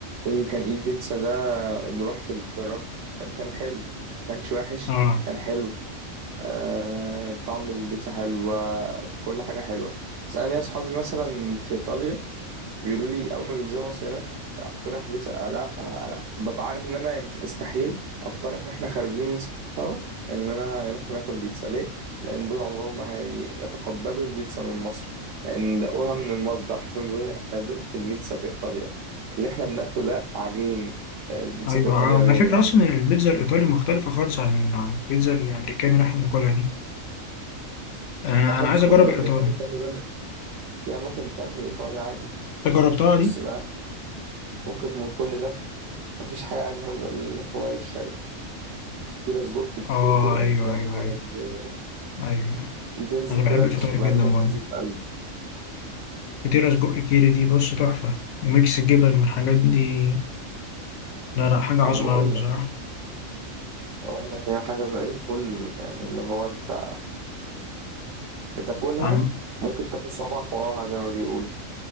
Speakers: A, on the right; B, on the left.
A: يقول you can eat pizza ده رحت جربت كان حلو ما كانش وحش
B: اه
A: كان حلو آه طعم البيتزا حلو كل حاجة حلوة بس أنا ليا أصحابي مثلا في إيطاليا بيقولوا لي اول ما بينزلوا مصر هنا لا اقترح بيتزا آه، لا آه، آه، لا ببقى عارف ان انا ينف- استحيل اقترح واحنا خارجين سوا ان انا ان احنا ناكل بيتزا ليه لان دول عمرهم ما هيتقبلوا البيتزا من مصر لان دقوها من المصدر حرفيا بيقولوا لي انا دقت البيتزا في ايطاليا اللي احنا بناكله ده عجين آه، البيتزا
B: ايوه
A: في ايطاليا
B: على
A: غير
B: فكره
A: يعني
B: اصلا البيتزا الايطالي مختلفه خالص عن عن البيتزا الامريكاني اللي احنا بناكلها دي انا
A: احنا
B: انا
A: مش
B: عايز
A: كله
B: اجرب الايطالي
A: امريكاني خلي بالك في اماكن بتعمل ايطالي عادي
B: انت جربتها
A: بص
B: دي
A: بقى فكك من كل ده مفيش حاجه اجمل من الفوار الشرقي فطيرة سجق كيري
B: اه
A: كده
B: ايوه
A: يا
B: ايوه
A: نهار
B: ايوه
A: أبيض
B: ايوه, أيوة.
A: دي تنزل
B: انا بحب
A: كده
B: الفطاير
A: مش في معدتك
B: جدا برضه
A: تنزل في قلبك
B: فطيره سجق كيري دي بص تحفه وميكس الجبن والحاجات دي لا لا حاجه عظمه
A: وأنا بقول
B: قوي بصراحه
A: لك بقول لك هي حاجة زي الفل يعني اللي هو أنت بتاكلها
B: عم
A: ممكن تاكل صوابعك وراها زي ما بيقول